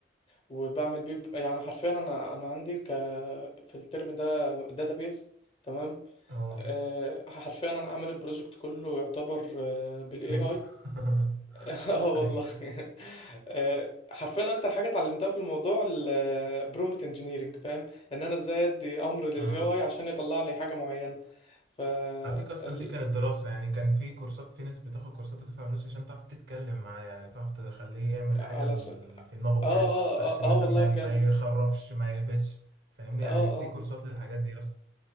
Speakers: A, on the left; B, on the right.
A: وبعمل بيه يعني حرفيا انا انا عندي ك... في الترم ده داتابيز تمام
B: اه
A: آه، حرفيا انا عامل البروجكت كله يعتبر بالاي
B: من
A: اي
B: <laughs>
A: <laughs> اه والله
B: اي
A: <laughs> آه، حرفيا اكتر حاجه اتعلمتها في الموضوع البرومبت انجينيرنج فاهم ان انا ازاي ادي امر للاي
B: اه
A: اي عشان يطلع لي حاجه معينه ف
B: على فكرة أصلا
A: ال...
B: دي كانت دراسة يعني كان في كورسات في ناس بتاخد كورسات وتدفع فلوس عشان تعرف تتكلم معاه يعني تعرف تخليه يعمل حاجة
A: علشان
B: اللي في دماغه بجد
A: اه اه
B: عشان
A: اه اه
B: مثلا
A: والله
B: ما
A: بجد
B: ي- ما يخرفش ما يهبطش فاهمني يعني
A: اه اه
B: في كورسات للحاجات دي أصلا